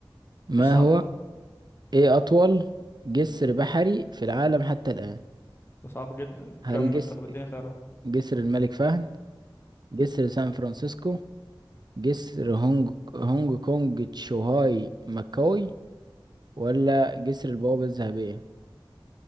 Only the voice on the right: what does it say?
ما
هو
ايه اطول جسر بحري في العالم حتى الان
هل
جس...
جسر الملك فهد جسر سان فرانسيسكو جسر هونج هونج كونج تشوهاي ماكاوي ولا جسر البوابة الذهبية